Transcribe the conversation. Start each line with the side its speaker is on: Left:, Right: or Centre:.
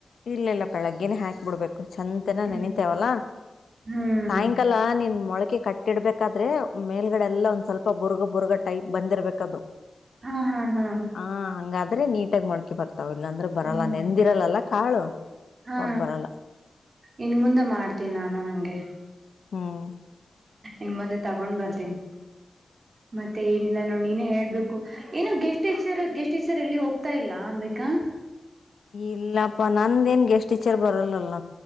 Left: ಇಲ್ಲ ಇಲ್ಲ ಬೆಳಗ್ಗೆಿನ ಹಾಕ್ ಬಿಡ್ಬೇಕು ಚಂದ
Right: ಹ್ಮ್
Left: ನೆನಂತೇವಲ್ಲ
Right: ಹ್ಮ್
Left: ಸಾಯಂಕಾಲ ನೀನ್ ಮೊಳಕೆ ಕಟ್ಟ ಕಟ್ಟಿಡ್ಬೇಕಾದ್ರೆ ಮೇಲ್ಗಡೆ ಎಲ್ಲ ಒಂದ್ ಸ್ವಲ್ಪ ಬುರ್ಗ ಬುರ್ಗ ಟೈಪ್ ಬಂದಿರ್ಬೇಕದು
Right: ಹಾ ಹಾ ಹಾ
Left: ಹ ಹಂಗಾದ್ರೆ ನೀಟಾಗಿ ಮೊಕೆ ಬರ್ತಾವ್ ಇಲ್ಲಾಂದ್ರೆ ಬರಲ್ಲ
Right: ಹ್ಮ್
Left: ನೆಂದಿರಲ್ಲಲ್ಲ ಕಾಳು
Right: ಹಾ
Left: ಹೋಗ್ ಬರಲ್ಲ
Right: ಇನ್ ಮುುಂದೆ ಮಾಡ್ತೀನಿ ನಾನು ಹಂಗೆ
Left: ಹ್ಮ್
Right: ಇನ್ ಮುಂದೆ ತಗೊಂಡ್ ಬರ್ತೀನಿ
Left: ಹ
Right: ಮತ್ತೆ ಏನಿಲ್ಲ ನೋಡ್ ನೀನೇ ಹೇಳ್ಬೇಕು ಏನೋ ಗೆಸ್ಟ್ ಚರ್ ಗೆಸ್ಟ್ ಟೀಚರ್ ಎಲ್ಲಿ ಹೋಗ್ತಾ ಇಲ್ಲಾ ಅಂಬಬೇಕಾ
Left: ಇಲ್ಲಪ್ಪಾ ನಂದೇನ್ ಗೆಸ್ಟ್ ಟೀಚರ್ ಬರಲ್ಲಲ್ಲ